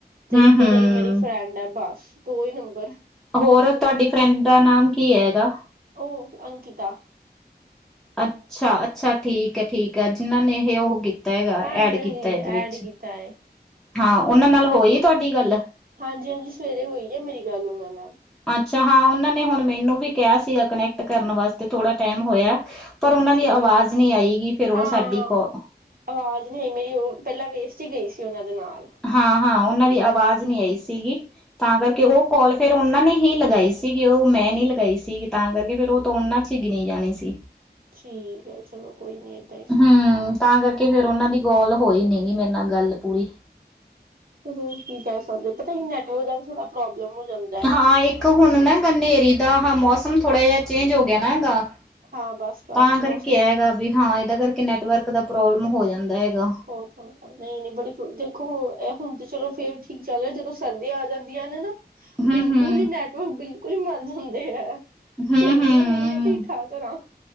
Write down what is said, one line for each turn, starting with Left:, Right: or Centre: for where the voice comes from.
Right: ਤੇ
Centre: ਹੂੰ
Right: ਇੱਕ
Centre: ਹੂੰ
Right: ਜਿਹੜੀ ਮੇਰੀ ਫਰੈਂਡ ਹੈ ਬਸ ਦੋ ਹੀ ਨੰਬਰ
Centre: ਹੋਰ ਤੁਹਾਡੀ ਫਰੈਂਡ ਦਾ ਨਾਮ ਕੀ ਹੈ ਹੈਗਾ?
Right: ਔ ਅੰਕਿਤਾ।
Centre: ਅੱਛਾ-ਅੱਛਾ, ਠੀਕ ਐ ਠੀਕ ਐ ਜਿਨਾਂ ਨੇ ਏ ਓ ਤੈਗਾ,
Right: ਹਾਂਜੀ
Centre: ਐਡ
Right: ਹਾਂਜੀ
Centre: ਕੀਤਾ ਐਦੇ
Right: ਐਡ
Centre: ਵੇਚ।
Right: ਕੀਤਾ ਹੈ
Centre: ਹਾਂ, ਔਨਾਂ ਨਾਲ ਹੋਈ ਏ ਤੁਆਡੀ ਗੱਲ?
Right: ਹਾਂਜੀ-ਹਾਂਜੀ, ਸਵੇਰੇ ਹੋਈ ਐ ਮੇਰੀ ਗੱਲ ਉਨਾਂ ਨਾਲ।
Centre: ਅੱਛਾ ਹਾਂ, ਔਨਾਂ ਨੇ ਹੁਣ ਮੈਨੂੰ ਵੀ ਕਿਹਾ ਸੀਗਾ ਕਨੈਕਟ ਕਰਨ ਵਾਸਤੇ ਥੋੜਾ ਟਾਈਮ ਹੋਯਾ। ਪਰ ਔਨਾਂ
Right: ਅੱਛਾ
Centre: ਦੀ
Right: ਠੀਕ
Centre: ਆਵਾਜ਼ ਨੀ ਆਈਗੀ, ਫੇਰ ਓਹ
Right: ਹਾਂ
Centre: ਸਾਡੀ ਕੋ
Right: ਆਵਾਜ਼ ਨ੍ਹੀਂ ਆਈ, ਮੇਰੀ ਓਹ ਪੈਲਾਂ ਵੇਸਟ ਹੀ ਗਈ ਸੀ ਓਹਨਾਂ ਦੇ ਨਾਲ।
Centre: ਹਾਂ-ਹਾਂ, ਔਨਾਂ ਦੀ ਆਵਾਜ਼ ਨੀ ਆਈ ਸੀਗੀ। ਤਾਂ ਕਰਕੇ ਔ ਕੋਲ ਫੇਰ ਉਨਾਂ ਨੇ ਹੀ ਲਗਾਈ ਸੀਗੀ ਓਹ ਮੈਂ ਨੀ ਲਗਾਈ ਸੀਗੀ ਤਾਂ ਕਰਕੇ ਫੇਰ ਓਹ ਤਾਂ ਐਨਾਂ। ਕਿ ਗਿਣੀ ਜਾਣੀ ਸੀ।
Right: ਠੀਕ ਐ ਚਲੋ ਕੋਈ ਨੀ ਏਦਾਂ ਹੀ ਸੀ।
Centre: ਹੂੰ ਤਾਂ ਕਰਕੇ ਫੇਰ ਓਨਾਂ ਦੀ ਗੋਲ ਹੋਈ ਨੀ ਗੀ ਮੇਰੇ ਨਾਲ ਗੱਲ ਪੂਰੀ,।
Right: ਕਿਧਰੋ ਹੁਣ ਕੈ ਸਕਦੇ, ਪਤਾ ਕੀ ਨੈਟਵਰਕ ਦਾ ਵੀ ਥੋੜਾ ਪ੍ਰੋਬਲਮ ਹੋ ਜਾਂਦਾ ਐ।
Centre: ਹਾਂ, ਇੱਕ ਹੁਣ ਨਾ ਗਾ ਨੇਰੀ ਦਾ ਹਾਂ ਮੌਸਮ ਥੋੜਾ ਜਾ ਚੇਂਜ ਹੋ ਗਿਆ ਨਾ ਹੈਗਾ।
Right: ਹਾਂ ਬਸ ਬਸ
Centre: ਤਾਂ
Right: ਮੌਸਮ
Centre: ਕਰਕੇ ਐ ਹੈਗਾ ਬੀ ਹਾਂ ਐਦਾ ਕਰਕੇ ਨੈਟਵਰਕ ਦਾ ਪ੍ਰੋਬਲਮ ਹੋ ਜਾਂਦਾ ਹੈਗਾ।
Right: ਹੋ ਸਕਦਾ ਐ। ਨਈ-ਨਈ ਬੜੀ ਪ੍ਰ ਦੇਖੋ ਐਹ ਹੁਣ ਤੇ ਚਲੋ ਫੇਰ ਠੀਕ ਚੱਲ ਰਿਹਾ, ਜਦੋਂ ਸਰਦੀਆਂ ਆ ਜਾਂਦੀਆਂ ਨੇ ਨਾ
Centre: ਹੂੰ
Right: ਬਿਲਕੁਲ
Centre: ਹੂੰ
Right: ਹੀ ਨੈਟਵਰਕ ਬਿਲਕੁਲ ਹੀ ਮਰ ਜਾਂਦੇ ਆ,
Centre: ਹੂੰ
Right: ਚਲਦੇ
Centre: ਹੂੰ
Right: ਹੀ ਨੀ ਐ। ਢੀਠਾਂ ਤਰ੍ਹਾਂ,